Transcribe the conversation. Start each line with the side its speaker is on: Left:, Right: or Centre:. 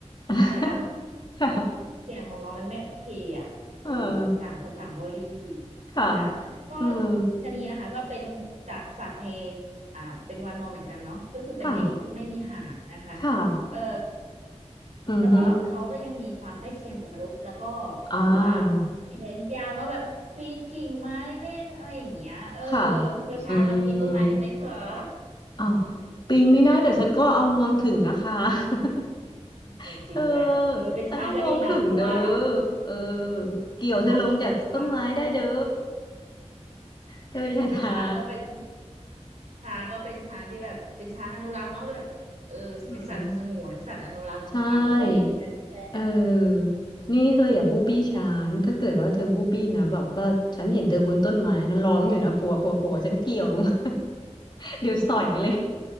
Left: <laughs>
Right: เข้าใจปะ
Left: ค่ะ
Right: เสียงของน้องมันไม่โอเคอ่ะเออต่างคนต่างบริ
Left: เออค่ะ
Right: ค่ะก็
Left: อืม
Right: ชะนีนะคะก็เป็นจัดสัตว์ในอ่าเป็นวานอนเหมือนกันเนาะก็คือเป็นลิงที่ไม่มีหางนะคะ
Left: ค่ะค่ะ
Right: เออ
Left: อือฮึ
Right: แล้วก็เขาก็ยังมีความใกล้เคียงกับมนุษย์แล้วก็
Left: อ่า
Right: ถือว่าแขนยาวเนาะแบบปีนกิ่งไม้เล่นอะไรอย่างเงี้ยเออ
Left: ค่ะ
Right: แล้วช้างอะปีนต้นไม้ได้ไหมคะ
Left: อืม อ้าว
Right: อืม
Left: ปีนไม่ได้แต่ฉันก็เอางวงถึงนะคะ <laughs>
Right: เออจริงด้วยเออเป็นช้างก็ดีนะเพราะว่า
Left: เธอฉันเอางวงถึงเด้อเออเกี่ยวเธอลงจากต้นไม้ได้เด้อ
Right: ช้างก็เป็นช้าง
Left: <laughs> เธออย่าท้า
Right: ถึงเป็นช้างก็เป็น ช้างก็เป็นช้างที่แบบเป็นช้างอนุรักษ์เนาะแบบเออเป็นสัตว์สงวนสัตว์อนุรักษ์เนาะช้างเออก็ดีเหมือนกันพี่แต่
Left: <laughs> อืมใช่เออนี่เธออย่าบูบี้ช้างถ้าเกิดว่าเธอบูบี้นะแบบว่าฉันเห็นเธอบนต้นไม้นะร้องอยู่นะปัวปัวปัวฉันเกี่ยวลงมา
Right: อืม
Left: <laughs> เดี๋ยวสอยเลย